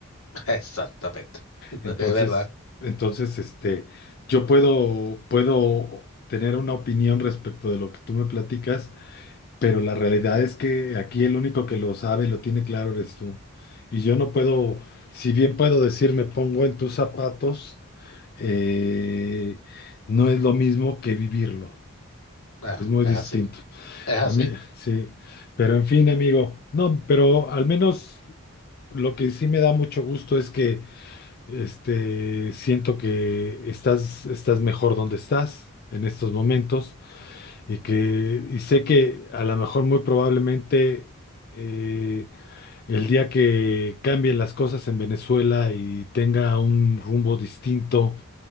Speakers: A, on the left; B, on the left.
A: <laughs> Exactamente. <laughs>
B: Entonces,
A: Es verdad.
B: entonces, este, yo puedo, puedo tener una opinión respecto de lo que tú me platicas, pero la realidad es que aquí el único que lo sabe y lo tiene claro eres tú. Y yo no puedo, si bien puedo decir, me pongo en tus zapatos, eh, no es lo mismo que vivirlo.
A: Ah,
B: Es muy
A: Es
B: distinto.
A: así. Es así.
B: A mí, sí, pero en fin, amigo, no, pero al menos lo que sí me da mucho gusto es que este siento que estás estás mejor donde estás en estos momentos y que y sé que a lo mejor muy probablemente eh, el día que cambien las cosas en Venezuela y tenga un rumbo distinto